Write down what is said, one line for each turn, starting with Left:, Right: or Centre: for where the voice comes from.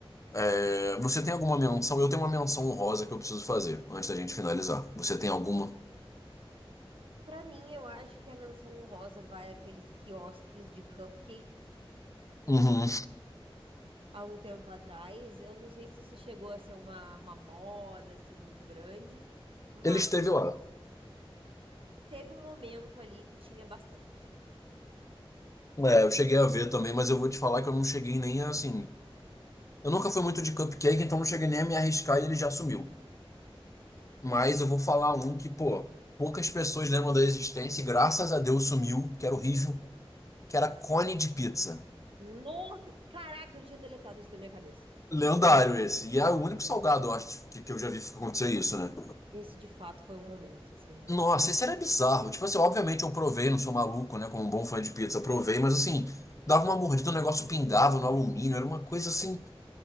Left: É, Você tem alguma menção? Eu tenho uma menção honrosa que eu preciso fazer antes da gente finalizar. Você tem alguma?
Right: Pra mim, eu acho que a menção honrosa vai àqueles quiosques de cupcake que
Left: Uhum.
Right: ti- há um tempo atrás, eu não sei se isso chegou a ser uma, uma moda assim muito grande, mas
Left: Ele esteve lá.
Right: teve um momento ali que tinha bastante.
Left: É, eu cheguei a ver também, mas eu vou te falar que eu não cheguei nem assim. Eu nunca fui muito de cupcake, então não cheguei nem a me arriscar e ele já sumiu. Mas eu vou falar um que, pô, poucas pessoas lembram da existência e graças a Deus sumiu, que era horrível, que era cone de pizza.
Right: Nossa, caraca, eu tinha deletado isso da minha cabeça.
Left: Lendário esse. E é o único salgado, eu acho, que, que eu já vi acontecer isso, né?
Right: Esse de fato foi um momento assim.
Left: Nossa, esse era bizarro. Tipo assim, obviamente eu provei, não sou maluco, né? Como um bom fã de pizza, provei, mas assim, dava uma mordida, o negócio pingava no alumínio, era uma coisa assim.